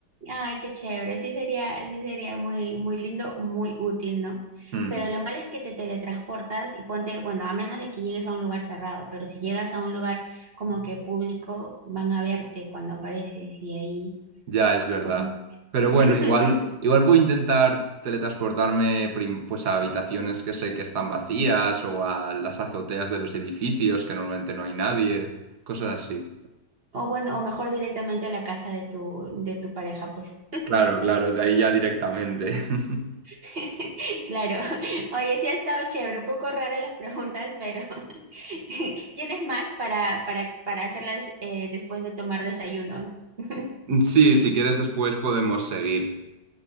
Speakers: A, on the right (about 35°); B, on the right (about 65°).
A: Ay, qué chévere. Sí sería, sí sería muy, muy lindo, muy útil, ¿no?
B: Hmm,
A: Pero lo malo es que te teletransportas y ponte, bueno, a menos de que llegues a un lugar cerrado, pero si llegas a un lugar como que público, van a verte cuando apareces y ahí,
B: ya es verdad.
A: pues no sé.
B: Pero bueno,
A: <laughs>
B: igual, igual puedo intentar teletransportarme prim- pues a habitaciones que sé que están vacías o a las azoteas de los edificios que normalmente no hay nadie, cosas así.
A: O bueno, o mejor directamente a la casa de tu, de tu pareja, pues.
B: Claro, claro, de ahí ya directamente. <laughs>
A: <laughs> Claro. Oye, sí ha estado chévere, un poco raras las preguntas, pero <laughs> ¿tienes más para, para, para hacerlas eh, después de tomar desayuno? <laughs>
B: Sí, si quieres después podemos seguir.